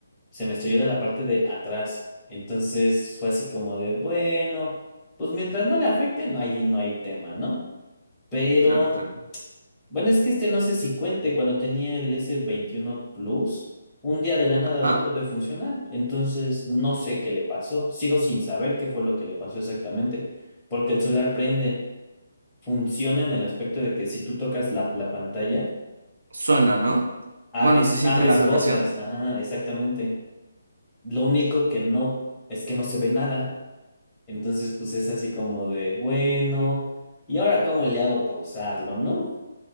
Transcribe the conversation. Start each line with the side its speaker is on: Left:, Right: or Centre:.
Left: se me estrelló de la parte de atrás. Entonces fue así como de, bueno, pues mientras no le afecte, no hay, no hay tema, ¿no? Pero,
Right: claro, claro.
Left: bueno, es que este no sé si cuente, cuando tenía el s veintiuno Plus, un día de la nada
Right: Ah,
Left: dejó de funcionar. Entonces no sé qué le pasó. Sigo sin saber qué fue lo que le pasó exactamente. Porque el celular prende, funciona en el aspecto de que si tú tocas la, la pantalla,
Right: suena, ¿no?
Left: abres,
Right: Bueno, se siente
Left: abres
Right: la vibración.
Left: cosas. Ajá, exactamente. Lo único que no es que no se ve nada. Entonces, pues es así como de, bueno, ¿y ahora cómo le hago pausarlo, no?